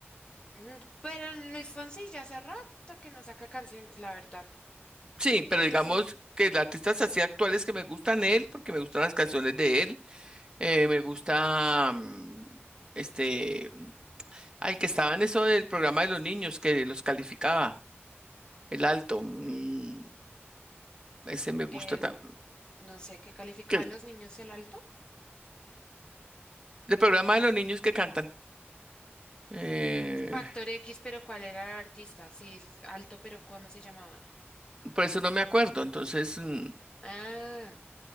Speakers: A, on the left (about 20°); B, on the right (about 20°).
A: Mm, pero en Luis Fonsi ya hace rato que no saca canciones, la verdad,
B: Sí,
A: ese
B: pero digamos
A: sí,
B: que los artistas así actuales que me gustan él, porque me gustan las canciones de él, eh, me gusta mm, este, al que estaba en eso del programa de los niños que los calificaba, el alto, mm, ese me gusta
A: el,
B: también,
A: no sé qué calificaba
B: que
A: a los niños el alto,
B: el programa de los niños que cantan, eh,
A: Factor X, pero ¿cuál era el artista? Sí, es alto, pero ¿cómo se llamaba?
B: por eso no me acuerdo, entonces mm,
A: Ah,